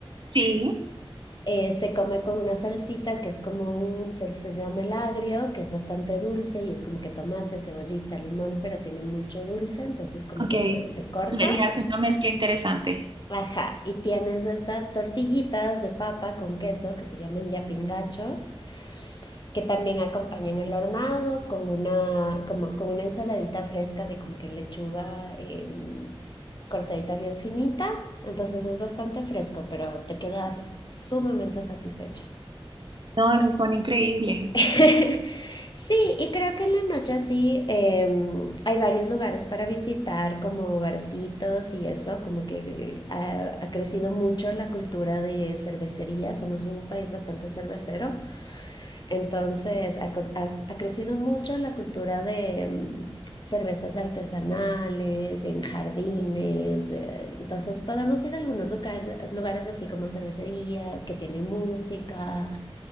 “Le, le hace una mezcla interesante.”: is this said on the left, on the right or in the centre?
Right